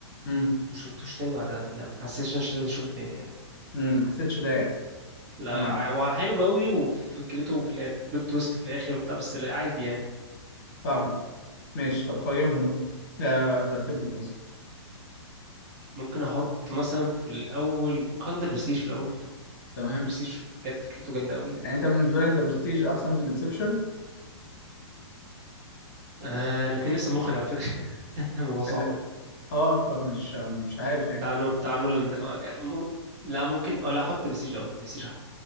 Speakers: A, on the left; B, on the right.
A: مم.
B: ما شفتوش تاني بعدها يعني ما حسيتش ان انا اشوفه تاني يعني
A: مم. حسيتش ده يعني
B: لا
A: تمام
B: لا هو حلو قوي وفكرته في البلوت تويست في الاخر وبتاع بس لا عادي يعني
A: فاهمك ماشي طب قيمهم بقى آه رتبهم قصدي
B: ممكن احط مثلا في الاول ممكن احط ده برستيج في الاول
A: تمام
B: برستيج بجد فكرته جامده قوي
A: يعني انت بالنسبه لك ذا برستيج احسن من انسبشن
B: آه الاثنين نفس المخرج على فكره <laughs> الموضوع صعب
A: لا اه فمش مش عارف يعني
B: بتاع نو بتاع نولان آه، يعني مم- لا ممكن اه لا احط برستيج الاول برستيج احلى